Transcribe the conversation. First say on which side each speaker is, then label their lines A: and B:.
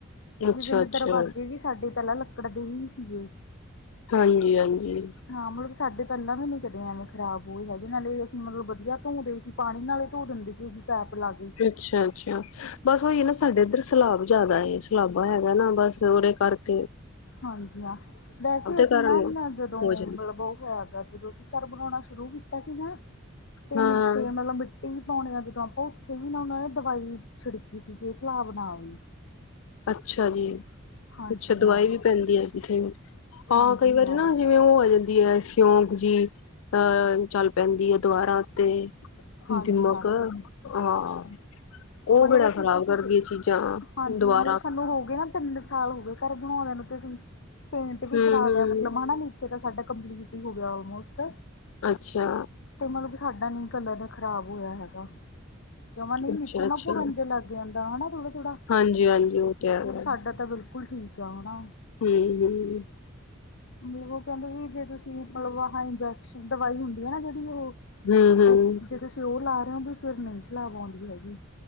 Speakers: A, on the left; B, on the left.
A: ਅੱਛਾ-ਅੱਛਾ
B: ਵੀ ਜਿਵੇ ਦਰਵਾਜ਼ੇ ਵੀ ਸਾਡੇ ਪੈਲਾਂ ਲੱਕੜ ਦੇ ਈ ਸੀਗੇ।
A: ਹਾਂਜੀ-ਹਾਂਜੀ।
B: ਹਾਂ ਮੱਲਬ ਸਾਡੇ ਪੈਲਾਂ ਵੀ ਨੀ ਕਦੇ ਐਵੇਂ ਖਰਾਬ ਹੋਏ ਹੈਗੇ ਨਾਲੇ ਅਸੀ ਮਦਲਬ ਵਦੀਆ ਤੋਂਦੇ ਸੀ ਪਾਣੀ ਨਾਲ ਹੀ ਤੋ ਦਿੰਦੇ ਸੀ ਅਸੀ ਪੈਪ ਲਾ ਕੇ।
A: ਅੱਛਾ-ਅੱਛਾ ਬਾੱਸ ਓਈ ਏ ਨਾ ਸਾਡੇ ਇੱਦਰ ਸਲਾਬ ਜਾਦਾ ਏ, ਸਲਾਬਾ ਐਗਾ ਏ ਨਾ ਬਾੱਸ ਓਦੇ ਕਾਰ <inaudible>
B: ਹਾਂਜੀ ਹਾਂ, ਵੈਸੇ ਅਸੀ
A: ਕਾਰਨ
B: ਨਾ ਮੈ ਜਦੋ
A: ਹੋ ਜਾਂਦਾ
B: ਮਲਬ ਓ ਹੋਯਾ <unintelligible> ਜਦੋ ਅਸੀ ਘਾੱਰ ਬਨੋਣਾ ਸ਼ੁਰੂ ਕੀਤਾ ਸੀ ਨਾ, ਤੇ
A: ਹਾਂ
B: ਨੀਚੇ ਮਲਬ ਮਿੱ ਟੀ ਪਾਉਣੇ ਆ ਜਦੋ ਆਪਾ ਓਥੇ ਵੀ ਨਾ ਓਨਾਂ ਨੇ ਦਵਾਈ ਛਿੜਕੀ ਸੀਕੇ ਸਲਾਬ ਨਾ ਆਵੇ।
A: ਅੱਛਾ ਜੀ,
B: ਹਾਂਜੀ
A: ਅੱਛਾ ਦਵਾਈ
B: ਹਾਂ
A: ਵੀ ਪੈਂਦੀ ਏ ਐਦੀ ਠੀਕ। ਹਾਂ
B: ਹਾਂਜੀ
A: ਕਈ ਵਾਰੀ
B: ਹਾਂ
A: ਨਾ ਜਿਵੇ ਓ ਜਾਂ ਦੀ ਏ ਸਯੋਂਕ ਜੀ, ਅ ਚੱਲ ਪੈਂਦੀ ਏ ਦਵਾਰਾ ਤੇ
B: ਹਾਂਜੀ
A: ਦੀਮਕ,
B: ਹਾਂਜੀ
A: ਹਾਂ। ਓ
B: ਮਤਲਬ
A: ਬੜਾ
B: ਅਸੀਂ
A: ਖ਼ਰਾਬ
B: ਤੁਸੀਂ
A: ਕਰਦੀ
B: ਦੇ
A: ਏ ਚੀਜ਼ਾਂ,
B: ਹਾਂਜੀ
A: ਦਵਾ
B: ਹਾਂ ਮਤਲਬ ਸਾਨੂੰ ਹੋ ਗਏ ਨਾ ਤਿੰਨ ਸਾਲ ਹੋ ਗਏ ਘਾੱਰ ਬਣਾਉਂਦੇਆ ਨੂੰ ਤੇ ਅਸੀ, ਪੇਂਟ ਵੀ
A: ਹਮ
B: ਕਰਾ
A: ਹਮ
B: ਲੇਆ ਮਤਲਬ ਹਨਾ ਨੀ ਚੇ ਸਾਡਾ ਕੰਪਲੀਟ ਈ ਹੋ ਗਯਾ ਓਲਮੋਸਟ
A: ਅੱਛਾ।
B: ਤੇ ਮਤਲਬ ਸਾਡਾ ਨੀ ਕਲਰ ਖਰਾਬ ਹੋਯਾ ਹੈਗਾ ਜਮਾ ਨੀ ਨੀਚੋਂ
A: ਅੱਛਾ ਅੱਛਾ
B: ਨਾ ਪੁਰਨ ਜਾ ਲਾੱਗ ਆਂਦਾ ਹਨਾ ਥੋੜਾ-ਥੋੜਾ,
A: ਹਾਂਜੀ ਹਾਂਜੀ ਉਹ ਤੇ ਹੈਗਾ
B: ਸਾਡਾ ਤਾਂ ਬਿਲਕੁਲ ਠੀਕ ਆ ਹਣਾ।
A: ਹੂੰ-ਹੂੰ
B: ਮਤਲਬ ਓ ਕੈਂਦੇ ਵੀ ਜੇ ਤੁਸੀਂ ਮਲਵਾਹਿਨ ਇੰਜੈਕਸ਼ਨ ਦਵਾਈ ਹੁੰਦੀ ਹੈ ਨਾ ਜਿਹੜੀ ਓ-
A: ਹਮ ਹਮ
B: ਓ ਜੇ ਤੁਸੀਂ ਓ ਲਾ ਰਏ ਹੋ ਵੀ ਫਿਰ ਨਈ ਸਲਾਬ ਆਉਂਦੀ ਹੈਗੀ।